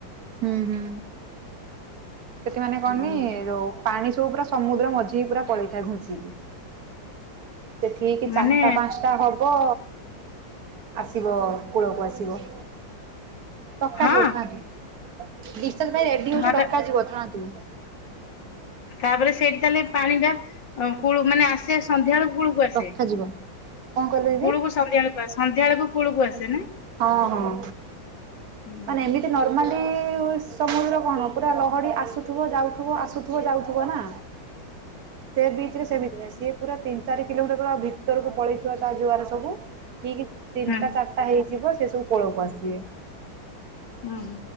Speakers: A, on the right; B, on the left.
A: ହୁଁ ହୁଁ ସେଠି ମାନେ କଣ
B: ହୁଁ
A: କି
B: ଯିବା
A: ଯୋଉ ପାଣି ସବୁ ପୁରା ସମୁଦ୍ର ମଝିିକି ପୁରା ପଳେଇଥାଏ ଘୁଞ୍ଚିକି ସେଠିକି କି
B: ମାନେ
A: ଚାରିଟା ପାଞ୍ଚଟା ତା ହବ ଆସିବ କୂଳକୁ ଆସିବ ଡକା
B: ହଁ
A: ଯିବ ଥାଆନ୍ତୁ <unintelligible> ପାଇଁ ରେଡି ହୋଉଚୁ
B: ନହେଲେ
A: ଡକାଯିବ ଥାଆନ୍ତୁ
B: ତାପରେ ସେଇଠି ଖାଲି ପାଣିଟା କୂଳ ମାନେ ଆସେ ସନ୍ଧ୍ୟା ବେଳ କୂଳକୁ ଆସେ।
A: ଡକାଯିବ କଣ କହିଲେ ଦିଦି
B: କୂଳକୁ ସନ୍ଧ୍ୟା ବେଳକୁ ଆସେ ସନ୍ଧ୍ୟା ବେଳକୁ କୂଳକୁ ଆସେ ନା?
A: ହଁ ହଁ।
B: ହୁଁ
A: ମାନେ ଏମିତି ନର୍ମାଲି ସମୁଦ୍ର କଣ ପୁରା ଲହଡ଼ି ଆସୁଥିବ ଯାଉଥିବ ଆସୁଥିବ ଯାଉଥିବ ନା। ସେ ବି ସିଏ ପୁରା ତିନି ଚାରି କିଲୋମିଟର ଭିତରକୁ ପଳେଇଥିବ ତା ଜୁଆର ସବୁ ଠିକ ତିନିଟା
B: ହୁଁ।
A: ଚାରିଟା ହେଇଯିବ ସେ ସବୁ କୋଳକୁ ଆସିବେ
B: ହୁଁ ହୁଁ